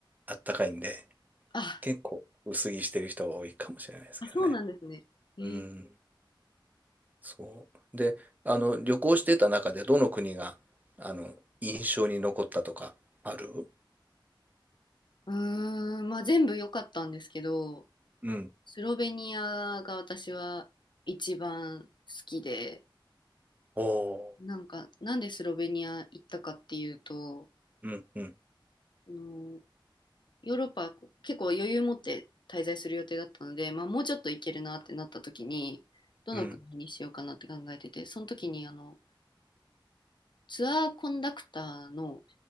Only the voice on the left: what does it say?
あ、
あ、そうなんですね。えー、
うーん、まあ全部良かったんですけど、
スロベニアが私は一番好きで、
なんかなんでスロベニア行ったかっていうと、
あのヨーロッパ結構余裕持って滞在する予定だったので、まあ、もうちょっと行けるなってなった時にどの国にしようかなって考えててその時にあの
ツアーコンダクターの